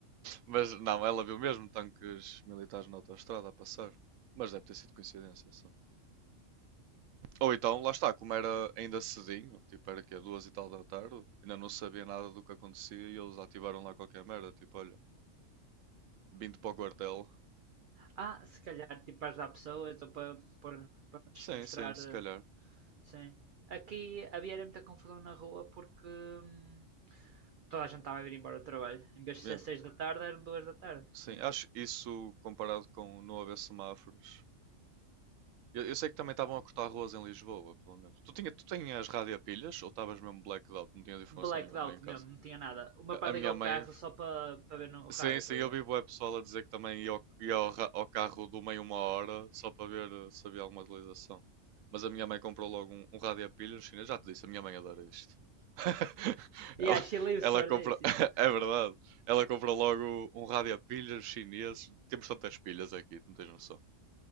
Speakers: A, on the right; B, on the right.
A: Mas não, ela viu mesmo tanques militares na autoestrada a passar. Mas deve ter sido coincidência só. Ou então, lá está, como era ainda cedinho, tipo era que é duas e tal da tarde, ainda não sabia nada do que acontecia e eles ativaram lá qualquer merda, tipo, olha, vindo para o quartel.
B: Ah, se calhar, tipo, para ajudar pessoas ou para, para, para lhes
A: Sim,
B: mostrar.
A: sim, se
B: eh,
A: calhar.
B: Sim. Aqui havia era muita confusão na rua porque hum, toda a gente estava a vir embora do trabalho. Em vez de
A: Yeah,
B: ser seis da tarde, eram duas da tarde.
A: Sim,
B: Yeah.
A: acho isso comparado com não haver semáforos. Eu, eu sei que também estavam a cortar ruas em Lisboa, pelo menos. Tu, tinha, tu tinhas rádio a pilhas ou estavas mesmo blacked out? Não tinhas informação
B: Blackout
A: nenhuma aí em casa?
B: mesmo, não tinha nada. O meu pai
A: A
B: ligou
A: minha mãe.
B: o carro
A: f-
B: só para para ver no rádio,
A: Sim, sim,
B: estás
A: eu
B: a
A: vi
B: ver?
A: bué pessoal a dizer que também ia ao, ia ao ra- ao carro do meio uma hora só para ver eh, se havia alguma atualização. Mas a minha mãe comprou logo um, um rádio a pilhas chinês. Já te disse, a minha mãe adora isto. <laughs>
B: Yeah,
A: Ela,
B: she lives
A: ela
B: for
A: comprou.
B: this, yeah.
A: <laughs> É verdade. Ela comprou logo um rádio a pilhas chinês. Temos tantas pilhas aqui, não tens noção.